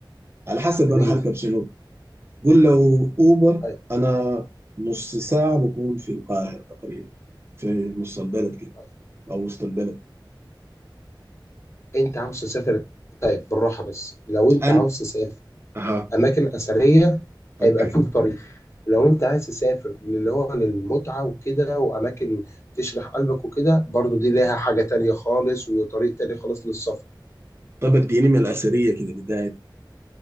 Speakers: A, on the right; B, on the left.
A: على حسب
B: جميل
A: أنا حركب شنو قول لو اوبر
B: طيب
A: انا نص ساعه بكون في القاهره تقريبا في نص البلد كده
B: طيب.
A: او وسط البلد
B: انت عاوز تسافر طيب بالراحه بس لو انت
A: انا
B: عاوز تسافر
A: اها
B: اماكن اثريه هيبقى
A: اوكي
B: فيه طريق ولو انت عايز تسافر اللي هو للمتعه وكده واماكن تشرح قلبك وكده برضو دي ليها حاجه تانية خالص وطريق تاني خالص للسفر
A: طب اديني من الاثريه كده بدايه